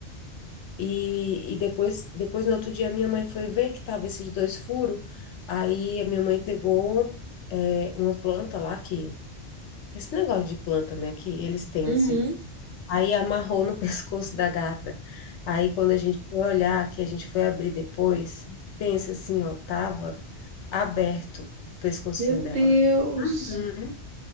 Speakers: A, on the left; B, on the right.
A: e, e depois, depois, no outro dia, minha mãe foi ver que tava esses dois furos. Aí a minha mãe pegou é, uma planta lá que. Esse negócio de planta, né? Que eles têm,
B: Uhum.
A: assim. Aí amarrou no <laughs> pescoço da gata. Aí quando a gente foi olhar, que a gente foi abrir depois, pensa assim, ó, tava aberto o pescocinho
B: Meu
A: dela.
B: Deus.
A: Uhum.